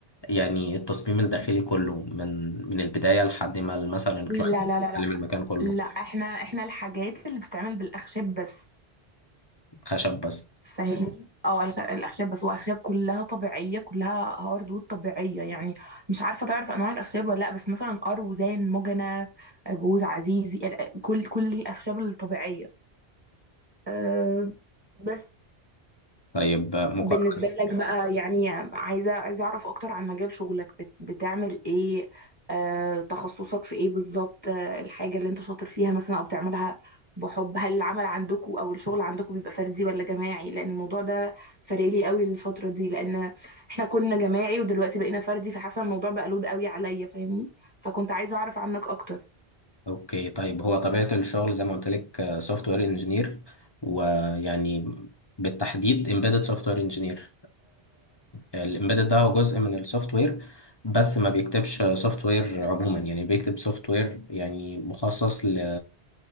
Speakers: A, on the left; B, on the right.
A: يعني التصميم الداخلي كله من من البداية لحد ما مثلا الكلاينت
B: لا لا
A: يستلم
B: لا لا
A: المكان كله
B: لا احنا احنا الحاجات اللي بتتعمل بالاخشاب بس
A: خشب بس
B: فاهمني اه الخ- الاخشاب بس واخشاب كلها طبيعيه كلها هاردوود طبيعيه يعني مش عارفه تعرف انواع الاخشاب ولا لا بس مثلا اروزان مجنة جوز عزيزي ال- كل كل الاخشاب الطبيعيه أه بس
A: طيب مقارنة
B: بالنسبة لك بقى يعني عايزة عايزة أعرف أكتر عن مجال شغلك بت بتعمل إيه آه، تخصصك في إيه بالظبط آه، الحاجة اللي أنت شاطر فيها مثلا أو بتعملها بحب هل العمل عندكم أو الشغل عندكم بيبقى فردي ولا جماعي لأن الموضوع ده فارق لي قوي الفترة دي لأن إحنا كنا جماعي ودلوقتي بقينا فردي فحاسة الموضوع بقى لود قوي عليا فاهمني فكنت عايزة أعرف عنك أكتر
A: اوكي طيب هو طبيعة الشغل زي ما قلت لك سوفت وير انجينير ويعني بالتحديد امبيدد سوفت وير انجينير الامبيدد ده هو جزء من السوفت وير بس ما بيكتبش سوفت وير عموما يعني بيكتب سوفت وير يعني مخصص ل